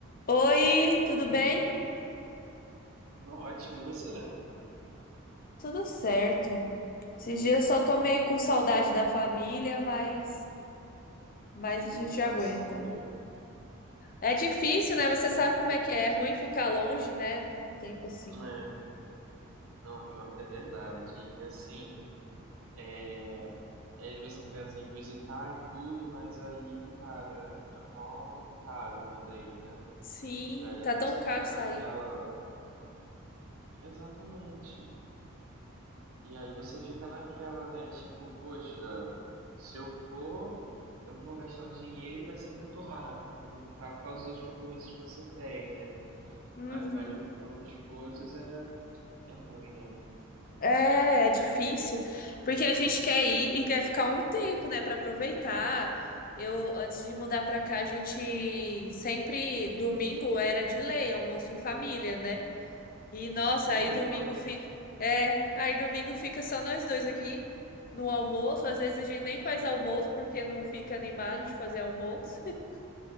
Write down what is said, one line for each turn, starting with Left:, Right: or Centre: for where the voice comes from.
Left: Oi, tudo
Right: Oi,
Left: bem?
Right: tudo ótimo, e você?
Left: Tudo certo. Esses dias eu só tô meio
Right: Ah,
Left: com saudade
Right: que bom,
Left: da
Right: cara.
Left: família, mas, mas
Right: Eita,
Left: a gente aguenta.
Right: sério?
Left: É difícil, né? Você sabe
Right: Não,
Left: como é que é. É ruim ficar longe, né? Tanto tempo assim.
Right: é, não, pior que é verdade. E assim, é, às vezes você pensa em visitar e tudo, mas aí, cara, é mó caro também, né?
Left: Sim,
Right: E aí
Left: tá
Right: você
Left: tão caro
Right: fica
Left: sair.
Right: naquela. Exatamente. E aí você fica naquela, né? Tipo, poxa, se eu for, eu vou gastar um dinheiro e vai ser muito rápido, que eu vou ficar por causa dos outros compromissos que você tem, né?
Left: Uhum.
Right: Aí vai juntando as coisas, é, é ruim, né?
Left: É, é difícil. Porque a gente quer ir e quer ficar um tempo, né, Pra aproveitar. Eu, antes de mudar
Right: Sim.
Left: pra cá, a gente sempre, domingo era de lei, almoço em família, né? E nossa,
Right: Ai,
Left: aí
Right: que
Left: domingo
Right: legal.
Left: fica. É, aí domingo fica só nós dois aqui no almoço. Às vezes a gente nem faz almoço porque não fica animado de fazer almoço. <laughs>